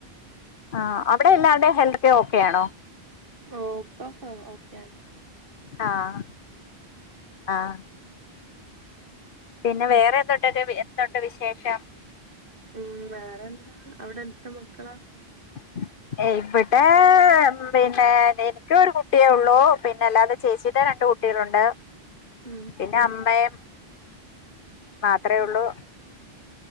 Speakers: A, on the left; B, on the right.
A: ആഹ് അവിടെ എല്ലാവരുടെ ഹെൽത്ത് ഓക്കെയാണോ
B: ഓഹ് ഇപ്പപ്പം ഓക്കെയി
A: ആഹ് ആഹ് പിന്നെ വേറെന്തൂട്ടെക്കെ എന്തുണ്ട് വിശേഷം
B: ഉം വേറെന്താ അവിടെ എത്ര മക്കളാ
A: <inaudible> ഇവിടേ പിന്നെ എനിക്ക് ഒരു കുട്ടിയേ ഉള്ളൂ പിന്നെ അല്ലാതെ ചേച്ചീടെ രണ്ട് കുട്ടി ട്ടികളുണ്ട്
B: ഉം
A: പിന്നെ അമ്മയും മാത്ര
B: ഉം
A: ഉള്ളൂ